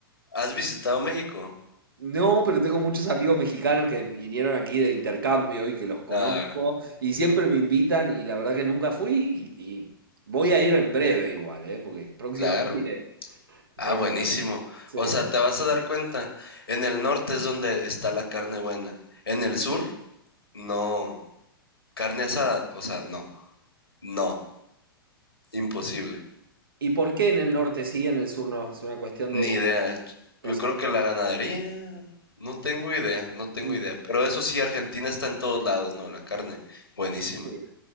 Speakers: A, on the left; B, on the right.
A: ¿Has visitado México?
B: No, pero tengo muchos amigos mexicanos que vinieron aquí de intercambio y que los conozco
A: Ah,
B: y siempre me invitan y la verdad que nunca fui y, y voy a ir en breve igual, ¿eh? porque próximamente
A: claro.
B: iré.
A: Ah,
B: Eh,
A: buenísimo.
B: sí.
A: O sea, te vas a dar cuenta, en el norte es donde está la carne buena. En el sur, no. Carne asada, o sea, no. No, imposible.
B: ¿Y por qué en el norte sí, en el sur no? Es una cuestión
A: Ni
B: de...
A: idea.
B: No
A: Yo
B: sabes.
A: creo que la ganadería, no tengo idea, no tengo
B: Sí.
A: idea. Pero eso sí, Argentina está en todos lados, ¿no? La carne, buenísima.
B: sí.